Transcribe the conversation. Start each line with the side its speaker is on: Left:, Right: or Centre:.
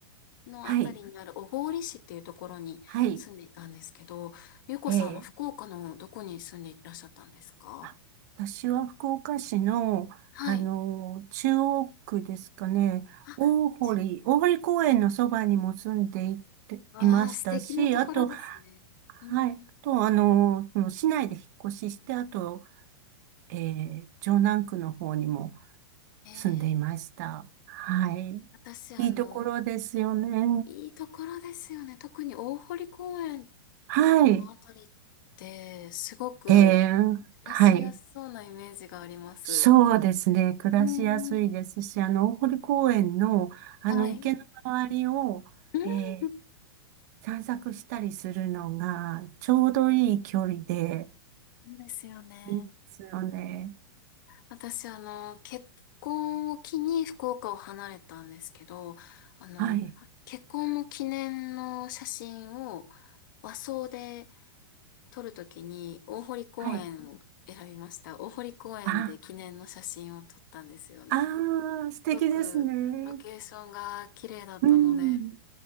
Left: のあたりにある小郡市っていうところに住んでいたんですけど、
Right: はい、はい、
Left: ゆうこさんは福岡のどこに住んでいらっしゃったんですか
Right: ええあ、私は福岡市の、
Left: はい。
Right: あの、中央区ですかね、
Left: あ、
Right: 大堀、大堀公園のそばにも住んでいて、
Left: わあ、
Right: いましたし、
Left: 素敵なところですね。
Right: あと、はい、
Left: うん。
Right: あと、あの、その市内で引っ越しして、あと、ええ城南区の方にも
Left: えー
Right: 住んでいました。はい。
Left: 私、あの、
Right: いいところですよね。
Left: いいところですよね。特に大堀公園
Right: はい。
Left: のあたりって、すごく暮らしやすそうなイメージがあります。
Right: ええはい。そうですね。暮らしやすいですし、
Left: うんうん。
Right: あの、大堀公園の、あの、
Left: はい。
Right: 池の周りを、
Left: うん
Right: えー散策したりするのが、ちょうどいい距離で、
Left: そうですよね。
Right: いいですよね。
Left: 私、あの、結婚を機に福岡を離れたんですけど、あの、
Right: はい。
Left: 結婚の記念の写真を和装で撮るときに大堀公園を選びました。
Right: はい。
Left: 大堀公園で記念の写真を撮ったんですよね。
Right: あ、あー、素敵ですね。
Left: すごくロケーションが綺麗だったので、
Right: うん。